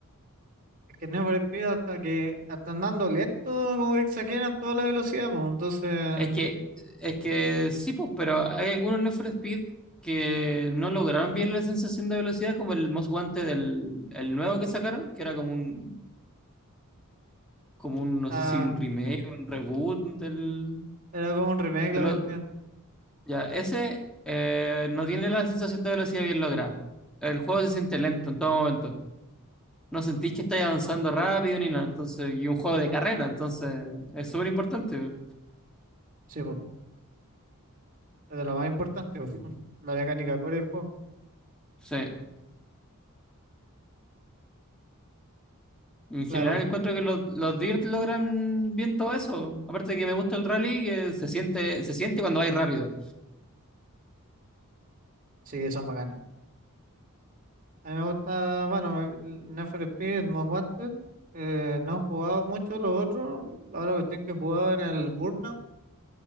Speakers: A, on the right (about 40°); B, in the centre.
A: Es que Need for Speed hasta que hasta andando lento, como que exageran toda la velocidad, pues. Entonces,
B: Es que, es que sí, pues, pero hay algunos Need for Speed que no lograron bien la sensación de velocidad, como el Most Wanted del el nuevo que sacaron, que era como un, como un, no
A: ah,
B: sé si un remake, un reboot del,
A: era como un remake
B: de
A: la
B: lo-
A: cuestión.
B: ya, ese eh, no tiene la sensación de velocidad bien lograda. El juego se siente lento en todo momento. No sentís que estáis avanzando rápido ni nada, entonces, y un juego de carrera, entonces es súper importante.
A: Sí, pues, es de lo más importante, pues. <laughs> La mecánica core del juego.
B: Sí. En general
A: Claro,
B: encuentro que los, los Dirt logran bien todo eso. Aparte de que me gusta el rally, que se siente, se siente cuando vais rápido.
A: sí, son bacanas. A mí me gusta, bueno, me- el Need for Speed, el Most Wanted. eh, no he jugado mucho los otros. Ahora la cuestión que he jugado era el Burnout.